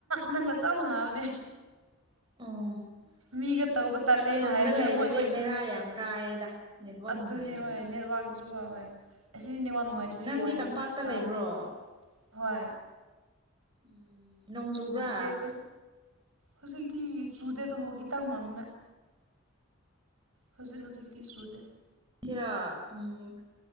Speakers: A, on the right (about 85°); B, on the right (about 20°).
A: ꯅꯪꯒ ꯆꯞ ꯃꯥꯟꯅꯕꯅꯦ
B: ꯑꯣ
A: ꯃꯤꯒ ꯇꯧꯕ ꯇꯜꯂꯦꯅ
B: ꯈꯨꯟꯗ
A: ꯍꯥꯏꯕꯅꯦ
B: ꯂꯩꯕꯁꯦ
A: ꯑꯃꯨꯛ ꯑꯩꯈꯣꯏ
B: ꯕꯦꯔꯥ ꯌꯥꯝ ꯀꯥꯏꯌꯦꯗ ꯅꯦꯠꯋꯥꯛ
A: ꯑꯗꯨꯅꯦ
B: ꯅꯨꯡꯉꯥꯏꯇ꯭ꯔꯗꯤ
A: ꯅꯦꯠꯋꯥꯛꯀꯤꯁꯨꯀꯣ ꯍꯣꯏ ꯍꯣꯏ ꯑꯁꯤꯗꯤꯅꯦꯋꯥ ꯅꯨꯡꯉꯥꯏ
B: ꯎꯝ
A: ꯑꯗꯨꯗꯤ
B: ꯅꯪꯗꯤ
A: ꯋꯥꯔꯤ
B: ꯇꯝꯄꯥꯛꯇ
A: ꯁꯥꯕꯗꯣ
B: ꯂꯩꯕ꯭ꯔꯣ
A: ꯍꯣꯏ
B: ꯎꯝ ꯅꯣꯡ ꯆꯨꯕ꯭ꯔꯥ
A: ꯏꯆꯦꯁꯨ ꯍꯧꯖꯤꯛꯇꯤ ꯆꯨꯗꯗꯐꯣ ꯈꯤꯇꯪ ꯃꯝꯃꯦ ꯍꯧꯖꯤꯛ ꯍꯧꯖꯤꯛꯗꯤꯤ ꯁꯨꯗꯦ
B: ꯁꯤꯔ ꯎꯝ